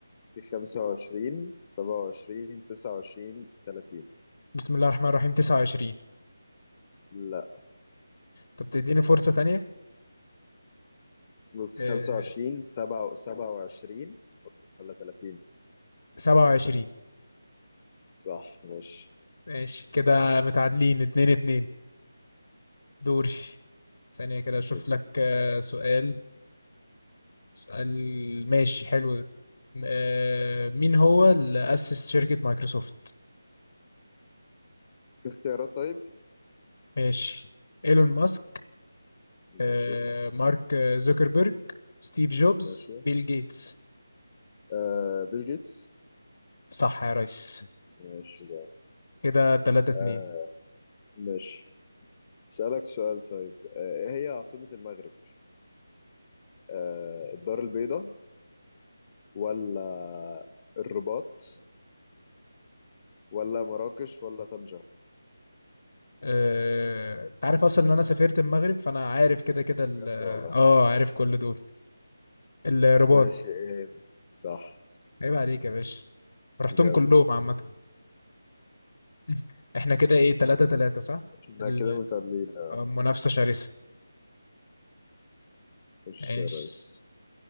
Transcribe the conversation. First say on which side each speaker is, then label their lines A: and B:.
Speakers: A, on the left (about 25°); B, on the left (about 60°).
A: في 25 27 29 30
B: بسم الله الرحمن الرحيم 29
A: لا
B: طب تديني فرصة تانية
A: بص
B: آه،
A: 25 سبعة- 27 ولا 30
B: 27
A: صح ماشي
B: ماشي كده متعادلين اتنين اتنين دوري ثانية كده أشوف
A: بس
B: لك آه، سؤال اسأل ماشي حلو ده م- آه، مين هو اللي أسس شركة مايكروسوفت
A: في اختيارات طيب
B: ماشي إيلون ماسك آه،
A: ماشي
B: مارك زوكربيرج ستيف جوبز
A: ماشي
B: بيل جيتس
A: آه بيل جيتس
B: صح يا ريس
A: ماشي ده
B: كده تلاتة اتنين
A: آه ماشي سألك سؤال طيب آه ايه هي عاصمة المغرب؟ آه الدار البيضاء ولا الرباط ولا مراكش ولا طنجة
B: أه... انت عارف اصلا ان انا سافرت المغرب فانا عارف كده كده
A: بجد
B: ال-
A: والله
B: اه عارف كل دول الرباط
A: ماشي ايه ده صح
B: عيب عليك يا باشا رحتهم
A: جامد
B: كلهم عامة <laughs> احنا كده ايه تلاتة تلاتة صح
A: احنا
B: ال-
A: كده متعادلين اه.
B: آه، منافسة شرسة
A: خش
B: ماشي
A: يا ريس